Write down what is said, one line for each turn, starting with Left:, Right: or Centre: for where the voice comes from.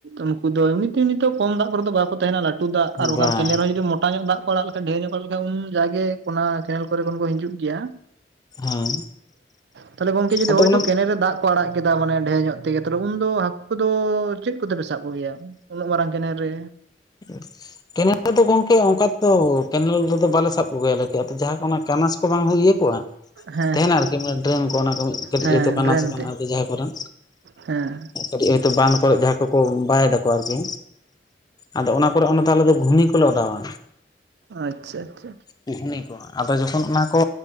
Right: ᱩᱱᱠᱩ ᱫᱚ ᱮᱢᱱᱤᱛᱮ ᱱᱤᱛᱚᱜ ᱠᱚᱢ ᱫᱟᱜ ᱠᱚᱨᱮ ᱫᱚ ᱵᱟᱠᱩ ᱛᱟᱦᱮᱱᱟ ᱞᱟᱹᱴ ᱟᱹᱛᱩ ᱫᱟᱜ ᱟᱨ ᱵᱟᱝᱠᱷᱟᱱ
Left: ᱵᱟᱝ
Right: ᱠᱮᱱᱮᱞ ᱨᱮ ᱡᱩᱫᱤ ᱢᱚᱴᱟ ᱧᱚᱜ ᱫᱟᱜ ᱚᱲᱟᱜ ᱞᱮᱠᱷᱟᱡ ᱰᱷᱮᱨ ᱧᱚᱜ ᱠᱚ ᱦᱮᱡ ᱞᱮᱠᱷᱟᱱ ᱩᱢ ᱡᱟᱜᱮ ᱚᱱᱟ ᱠᱮᱱᱮᱞ ᱠᱚᱨᱮ ᱠᱷᱚᱱ ᱠᱚ ᱦᱤᱡᱩᱜ ᱜᱮᱭᱟ
Left: ᱦᱮᱸ
Right: ᱛᱟᱦᱚᱞᱮ ᱜᱚᱝᱠᱮ ᱡᱩᱫᱤ
Left: ᱟᱫᱚ
Right: ᱦᱳᱭᱛᱳ
Left: ᱚᱱᱟ
Right: ᱠᱮᱱᱮᱞ ᱨᱮ ᱫᱟᱜ ᱠᱚ ᱟᱲᱟᱜ ᱠᱮᱫᱟ ᱢᱟᱱᱮ ᱰᱷᱮᱨ ᱧᱚᱜ ᱛᱮᱜᱮ ᱵᱩᱱ ᱫᱚ ᱦᱟᱠᱩ ᱫᱚ ᱪᱮᱫ ᱠᱚᱛᱮ ᱯᱮ ᱥᱟᱵ ᱠᱚ ᱜᱮᱭᱟ ᱩᱱᱟᱹᱜ ᱢᱟᱨᱟᱝ ᱠᱮᱱᱮᱞ ᱨᱮ?
Left: <inaudible> ᱠᱮᱱᱮᱞ ᱨᱮᱫᱚ ᱜᱚᱝᱠᱮ ᱚᱱᱠᱟ ᱛᱮᱫᱚ ᱠᱮᱱᱮᱞ ᱨᱮᱫᱚ ᱜᱚᱝᱠᱮ ᱚᱝᱠᱟ ᱫᱚ ᱠᱮᱱᱤᱝ ᱨᱮᱫᱚ ᱵᱟᱞᱮ ᱥᱟᱵ ᱠᱚᱜᱮᱭᱟ ᱡᱟᱦᱟᱸ ᱠᱚ ᱚᱱᱟ ᱠᱟᱱᱟᱥ ᱠᱚ ᱵᱟᱝ ᱦᱚᱸ ᱤᱭᱟᱹ ᱠᱚᱜ-ᱟ
Right: ᱦᱮᱸ
Left: ᱛᱮᱦᱮᱱᱟ ᱟᱨᱠᱤ ᱚᱱᱮ ᱰᱨᱮᱱ ᱠᱚ ᱚᱱᱟ ᱠᱚ ᱠᱟᱹᱴᱤᱡᱚ
Right: ᱦᱮᱸ
Left: ᱠᱟᱱᱟ
Right: ᱰᱨᱮᱱ
Left: ᱥᱮ ᱠᱟᱱᱟ
Right: ᱛᱮ
Left: ᱟᱨᱠᱤ ᱡᱟᱦᱟᱸ ᱠᱚᱨᱮᱱ
Right: ᱦᱮᱸ
Left: ᱠᱟᱹᱴᱤᱡ ᱦᱚᱭᱛᱳ ᱵᱟᱱ ᱠᱚᱨᱮ ᱡᱟᱦᱟᱸ ᱠᱚᱠᱚ ᱵᱟᱭ ᱫᱟᱠᱚ ᱟᱨᱠᱤ ᱟᱫᱚ ᱚᱱᱟ ᱠᱚᱨᱮ ᱚᱱᱟᱛᱮ ᱟᱞᱮ ᱫᱚ ᱜᱷᱩᱱᱤ ᱠᱚᱞᱮ ᱚᱰᱟᱣᱟᱹ
Right: ᱟᱪᱪᱷᱟ ᱟᱪᱪᱷᱟ
Left: ᱠᱩᱦᱱᱤ ᱠᱚ ᱟᱫᱚ ᱡᱚᱠᱷᱚᱱ ᱚᱱᱟ ᱠᱚ